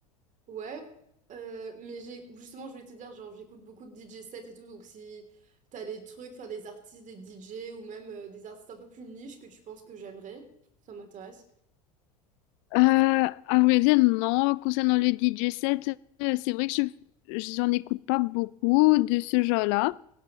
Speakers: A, on the right; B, on the left.
A: Ouais, euh, mais j'ai justement, je voulais te dire, genre, j'écoute beaucoup de DJ sets et tout, donc si t'as des trucs, enfin des artistes, des DJ ou même euh, des artistes un peu plus niche que tu penses que j'aimerais, ça m'intéresse.
B: Euh, à vrai dire, non. Concernant le DJ set, euh, c'est vrai que je, j'en écoute pas beaucoup de ce genre-là.